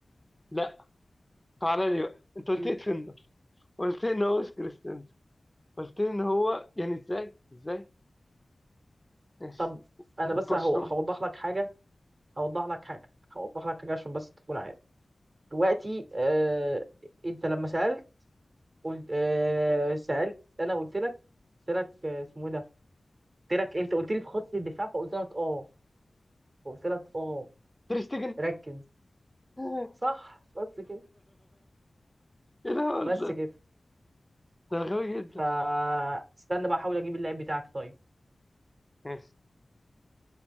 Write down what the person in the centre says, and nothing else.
لا تعالى لي بقى أنت قلت
لي ديفندر قلت لي إن هو مش كريستنسن قلت لي إن هو يعني إزاي إزاي ماشي
برشلونة
تير شتيجن
<laughs>
ايه الهبل
ده
ده أنا غبي جدا
ماشي